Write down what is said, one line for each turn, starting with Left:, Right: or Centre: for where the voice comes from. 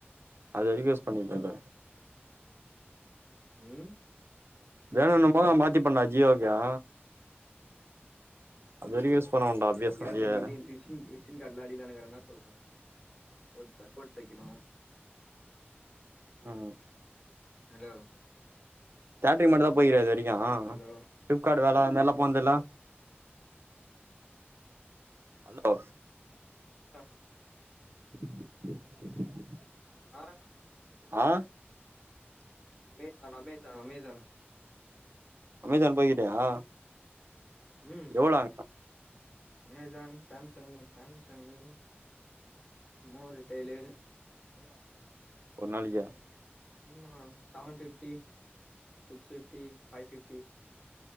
Right: அதுவரிக்கி
Left: இல்லையா
Right: யூஸ் பண்ணிக்கல
Left: ம்
Right: வேணுனும்போது நா மாத்திப்பண்ணா ஜியோக்கு ஆ அது வரைக்கு யூஸ் பண்ணுவோன்டா பியஸ்னல்
Left: கேட்ரிங்
Right: பி வேற
Left: இது
Right: <inaudible>
Left: விசிங் விசிங் கார்டுலா அடிக்கலானுக்கிறே என்ன சொல்ற கோட் டக்கோட்டு தெக்கணூ
Right: ம்
Left: அடோ
Right: காட்ரி மட்டுதா போயிற இதுவரையு
Left: ஹலோ
Right: க்காடு வேல வந்தா போந்துலா அலோ
Left: <unintelligible>
Right: <inaudible>
Left: ஆ
Right: ஆ
Left: அமேர்த்தான் அமேஜா அமேஜான்
Right: அமேஜான் போய்க்கிட்டயா
Left: ம்
Right: போலாங்
Left: அமேஜான் சாம்சங் சாம்சங்கு மோரு டெய்லு
Right: ஒர் நாளிக்கா
Left: உம்மா seven fifty six fifty five fifty